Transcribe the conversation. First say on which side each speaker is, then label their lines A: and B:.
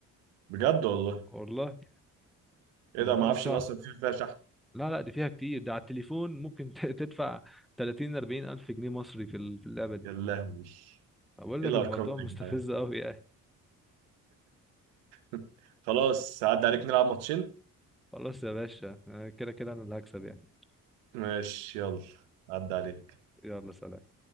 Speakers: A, on the right; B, in the centre.
A: بجد والله
B: والله
A: إيه
B: موضوع
A: ده ما أعرفش
B: صعب
A: إن أصلا في فيها شحن
B: لا لا دي فيها كتير ده على التليفون ممكن ت- تدفع 30 40 ألف جنيه مصري في ال- في اللعبة دي
A: يا لهوي
B: أقول
A: ايه
B: لك
A: الارقام
B: الموضوع
A: دي
B: مستفز
A: يا جدعان
B: أوي يعني
A: <laughs> خلاص عدى عليك نلعب ماتشين
B: خلاص يا باشا آه، كده كده أنا اللي هكسب يعني
A: ماشي يلا عدى عليك
B: يلا سلام